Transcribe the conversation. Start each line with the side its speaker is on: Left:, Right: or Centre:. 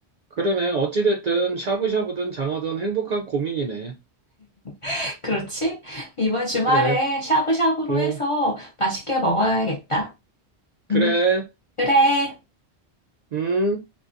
Right: 그러네. 어찌됐든 샤브샤브든 장어든 행복한 고민이네.
Left: <laughs> 그렇지? 이번 주말에
Right: 그래.
Left: 샤브샤브로
Right: 음,
Left: 해서 맛있게 먹어야겠다.
Right: 그래.
Left: 음, 그래.
Right: 음.